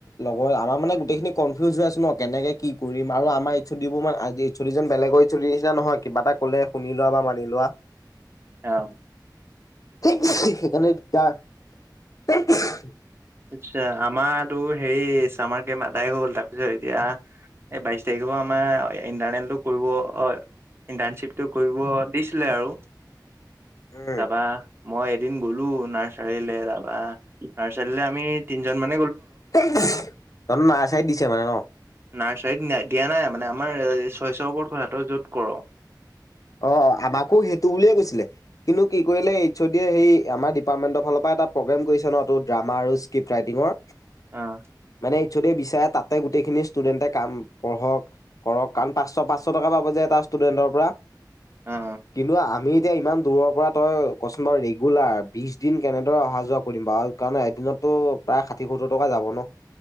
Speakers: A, on the left; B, on the right.
A: লগৰ আমাৰ মানে গোটেইখিনি কনফিউজ হৈ আছ ন, কেনেকে কি কৰিম আৰু আমাৰ ইচ্ছু দিব মানে আজি ইনচুলিজন বেলেগৰ ইনচুলি নিছিনা নহয়, কিবা এটা ক'লে শুনি লোৱা বা মানি লোৱা।
B: অ।
A: <unintelligible> সেইকাৰণে তাৰ <unintelligible>
B: আচ্ছা। আমাৰো টোৰ হেৰি ছামাৰ কেম্প অদাই হল। তাৰপিছত এতিয়া এই বাইশ তাৰিখ টো আমাৰ ইণ্টাৰনেলটো কৰিব হয় ইণ্টাৰ্ণশ্বিপটো কৰিব দিছিলে আৰু
A: উম
B: তাপা, মই এদিন গ'লো নাৰ্চাৰীলৈ তাৰপা, নাৰ্চাৰী লে, তিনজন মান
A: <unintelligible> নাৰ্চাৰীত দিছে মানে ন'।
B: নাৰ্চাৰীত দিয়া নাই মানে আমাৰ ছয়শৰ ওপৰত কথা তই য'ত কৰ।
A: অ, অ আমাকো সেইটো বুলিয়ে কৈছিলে। কিন্তু কি কৰিলে এইছ দিয়ে সেই আমাৰ ডিপাৰ্টমেন্টৰ ফালৰ পৰা এটা প্ৰগ্ৰেম কৰিছে ন তটো ড্ৰামা আৰু ক্ৰিপ্ট ৰাইটিঙৰ
B: অহ '।
A: মানে এইচ ও দি বিচাৰে তাতে গোটেই খিনি ষ্টুডেন্টে কাম পঢ়ক, কৰক কাৰণ পাছ, পাছ টকা পাব যে এটা ষ্টুডেণ্টৰ পৰা।
B: অ
A: কিন্তু আমি এতিয়া ইমান দূৰৰ পৰা তই কচোন বাৰু ৰেগুলাৰ বিশ দিন কেনেদৰে অহা যোৱা কৰিম বাৰু কাৰণে এদিনততো প্ৰায় ষাঠি, সত্তৰ টকা যাব ন।